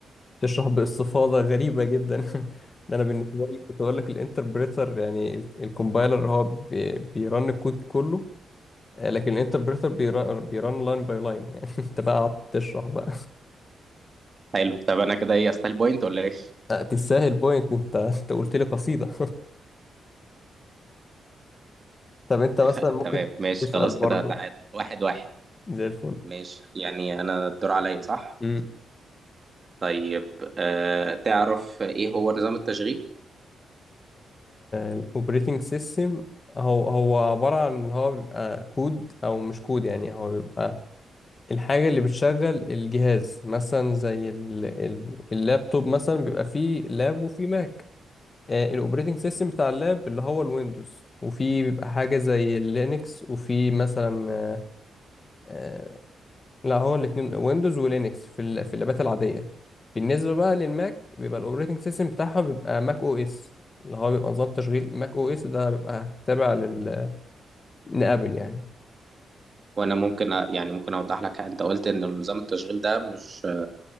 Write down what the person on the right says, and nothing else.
حلو طب انا كده ايه استايل بوينت ولا ايه
<laughs>
تمام ماشي
خلاص
كده تعادل واحد واحد
ماشي يعني انا الدور عليا صح
طيب أه تعرف ايه هو نظام التشغيل
وانا ممكن أ... يعني ممكن اوضح لك انت قلت ان نظام التشغيل ده مش